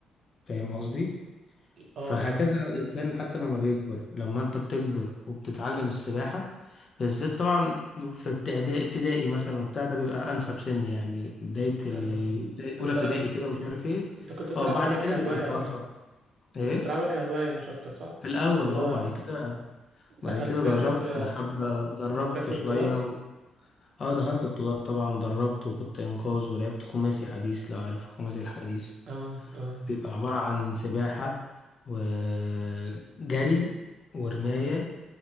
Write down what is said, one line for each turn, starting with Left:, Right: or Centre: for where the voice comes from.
Left: فاهم قصدي؟
Right: اه
Left: فهكذا
Right: معاك
Left: الإنسان حتى لما بيكبر لما أنت بتكبر وبتتعلم السباحة بالذات طبعا في ابتدائي ابتدائي مثلا وبتاع ده بيبقى أنسب سن يعني بداية
Right: حلو
Left: ال...
Right: ده
Left: بداية-
Right: انت
Left: أولى ابتدائي كده ومش عارف إيه
Right: انت كنت بتلعب
Left: أه بعد
Right: سباحة
Left: كده
Right: كهواية
Left: بيبقى الحوار
Right: اصلا
Left: صعب إيه
Right: كنت بتلعبها كهواية مش أكتر صح؟
Left: في الأول
Right: اللي هو
Left: أهو بعد كده بعد
Right: دخلت
Left: كده
Right: فيها
Left: دربت
Right: بشكل
Left: حبة دربت
Right: بشكل
Left: شوية
Right: بطولات
Left: و... أه دخلت بطولات طبعا دربت وكنت إنقاذ ولعبت خماسي حديث لو عارف خماسي الحديث
Right: اه اه
Left: بيبقى عبارة عن سباحة وجري ورماية